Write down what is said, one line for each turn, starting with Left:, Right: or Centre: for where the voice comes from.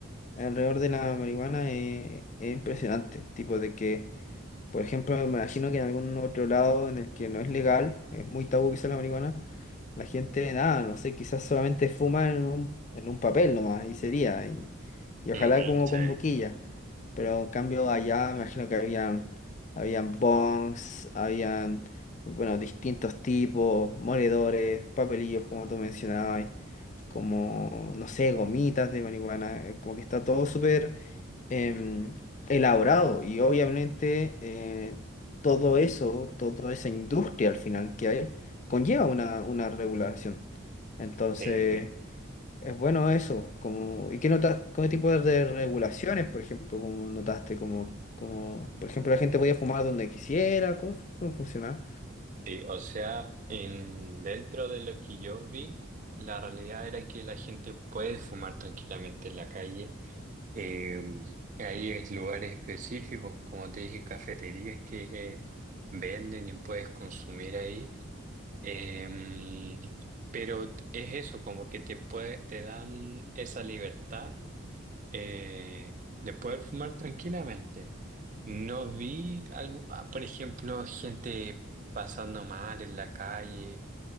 Left: alrededor de la marihuana eh, es impresionante. Tipo de que, por ejemplo, me imagino que en algún otro lado en el que no es legal, es muy tabú quizás la marihuana, la gente, nada, no sé, quizás solamente fuma en un, en un papel nomás y sería, y, y ojalá
Right: Ujú,
Left: como
Right: sí,
Left: con boquilla. Pero en cambio allá me imagino que habían, habían bongs, habían, bueno, distintos tipos, moledores, papelillos como tú mencionabas como, no sé, gomitas de marihuana, eh, como que está todo súper em, elaborado y obviamente eh, todo eso, toda esa industria al final que hay, conlleva una, una regulación. Entonces,
Right: sí,
Left: es bueno eso, como, ¿y qué notas, qué tipo de regulaciones, por ejemplo, como notaste, como, como, por ejemplo, la gente podía fumar donde quisiera, ¿cómo, cómo funciona?
Right: sí. O sea, en, dentro de lo que yo vi, la realidad era que la gente puede fumar tranquilamente en la calle. Eh, hay es- lugares específicos, como te dije, cafeterías que, que venden y puedes consumir ahí. Eh, pero es eso, como que te puede, te dan esa libertad eh, de poder fumar tranquilamente. No vi, algo- ah, por ejemplo, gente pasando mal en la calle,